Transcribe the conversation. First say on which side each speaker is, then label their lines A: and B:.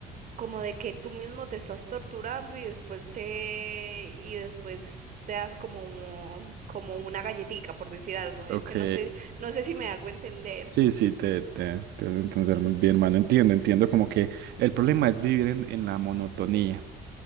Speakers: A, on the right (about 50°); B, on the right (about 75°).
A: como de que tú mismo te estás torturando y después te, y después te das como, como una galletica, por decir algo. Es
B: Ok.
A: que no sé, no sé si me hago entender.
B: Sí, sí, te, te, te vas a entender muy bien, mano. Entiendo, entiendo como que el problema es vivir en, en la monotonía,